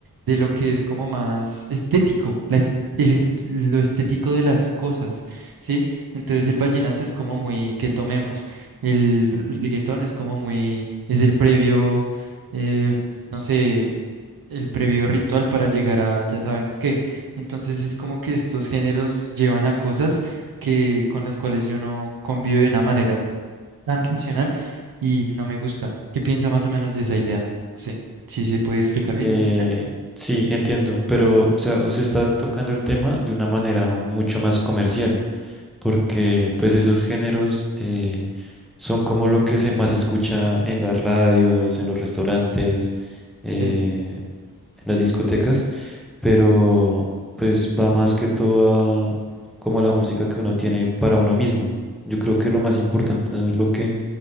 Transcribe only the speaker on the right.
de lo que es como más estético, la es- el es- lo estético de las cosas, ¿sí? Entonces el vallenato es como muy que tomemos. El r- reggaetón es como muy, es el previo, eh, no sé, el previo ritual para llegar a ya sabemos qué. Entonces es como que estos géneros llevan a cosas que con las cuales yo no convivo de una manera tan racional y no me gusta. ¿Qué piensa más o menos de esa idea? No sé, si se puede explicar bien,
¿entiendes?
Sí,